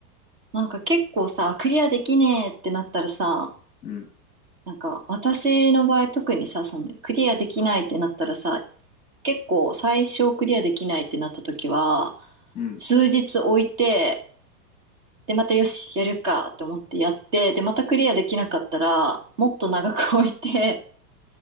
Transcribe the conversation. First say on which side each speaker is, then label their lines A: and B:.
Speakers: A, on the right; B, on the left.
A: なんか結構さ、クリアできねえってなったらさ、
B: うん。
A: なんか私の場合特にさ、そのクリアできないってなったらさ、結構最初クリアできないってなった時は、
B: うん。
A: 数日置いて、で、またよし、やるかと思ってやって、で、またクリアできなかったら、もっと長く置いて、